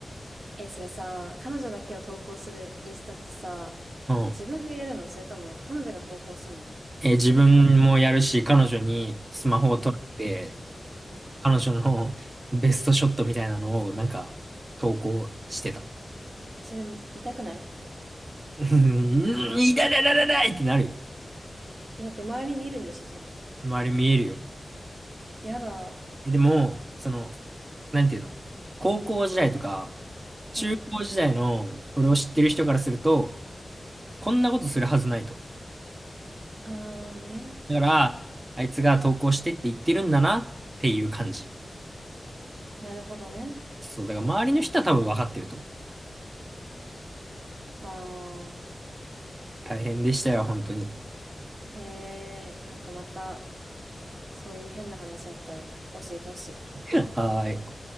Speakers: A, on the right; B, on the right.
A: え、それさ、彼女だけを投稿するインスタってさ、
B: うん。
A: 自分がやるのそれとも彼女が投稿すんの
B: え、自分もやるし、彼女にスマホを撮って、
A: うん、うん。
B: 彼女のベストショットみたいなのを、なんか、投稿してた。
A: え、それ痛くない
B: うん、いだだだだだいってなるよ。
A: え、だって周り見るんでしょ、それ。
B: 周り見えるよ。
A: やだ。
B: え、でも、その、なんていうの、高校時代とか、中高時代の俺を知ってる人からすると、
A: うん。
B: こんなことするはずないと。
A: あーね。
B: だから、あいつが投稿してって言ってるんだなっていう感じ。
A: なるほどね。
B: そう、だから周りの人は多分分かってると思う。
A: あー。
B: 大変でしたよ、本当に。
A: へえ、なんかまた、そういう変な話あったら教えてほしい。
B: <laughs> はーい。